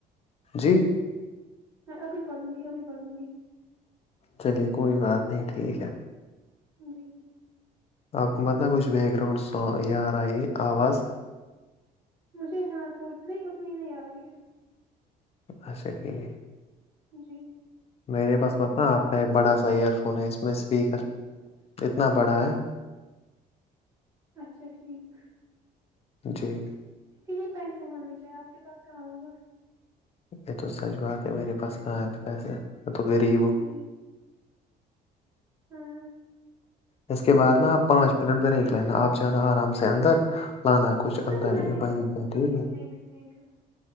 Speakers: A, on the left; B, on the right.
A: جی
B: میں اب پڑوں گی اب بھی پڑھوں گی
A: چلیے کوئی بات نہیں ٹھیک ہے
B: جی
A: آپ کو مت نہ کچھ بییک گراؤنڈ سان یار آئی آواز
B: مجھے ہاں تھڑی نہیں اتنی نہیں یا رہی
A: اھا ٹھیک ہے
B: جی
A: میرے پاس پتہ آپ کا ایک بڑا سا ایئر فون ہے اس میں اسپیکر اتنا بڑا ہے
B: اچھا ٹھیک
A: جی <unintelligible> <unintelligible>
B: اس کے لیے پیسے ہونے چاہیے آپ کے پاس کہاں ہوگا
A: م تو سچ بات ہے میر پاس کہ پ تو غرریب ہو
B: جی ہاں <unintelligible> <unintelligible>
A: اس کے بعد نا پانچ منٹ بریک لینا آپ جانا آرام سے اندر لانا کچھ
B: نہیں
A: اندر
B: میں
A: ہی
B: نہیں
A: وہیں
B: جاؤں گی
A: پہ
B: نہیں
A: ٹھیک
B: نہیں
A: ہے
B: تھینک یو تھینک یو